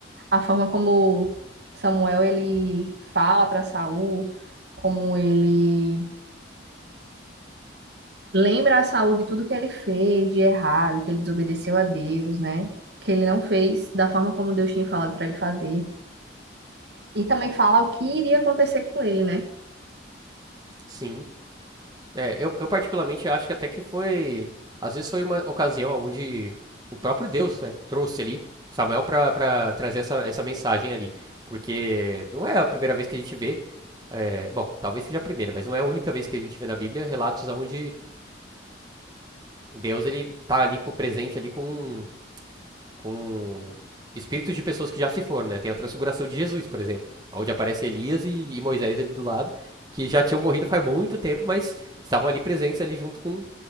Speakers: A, on the right; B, on the right.
A: a forma como Samuel ele fala para Saul, como ele lembra a Saul de tudo que ele fez de errado, que ele desobedeceu a Deus, né? Que ele não fez da forma como Deus tinha falado para ele fazer. E também fala o que iria acontecer com ele, né?
B: Sim. É, eu, eu particularmente acho que até que foi. Às vezes foi uma ocasião onde o próprio Deus, né, trouxe ali Samuel para para trazer essa, essa mensagem ali. Porque não é a primeira vez que a gente vê. é, bom, talvez seja a primeira, mas não é a única vez que a gente vê na Bíblia relatos onde Deus ele tá ali co- presente ali com um com espíritos de pessoas que já se foram, né? Tem a transfiguração de Jesus, por exemplo, onde aparece Elias e, e Moisés ali do lado, que já tinham morrido faz muito tempo, mas estavam ali presentes ali junto com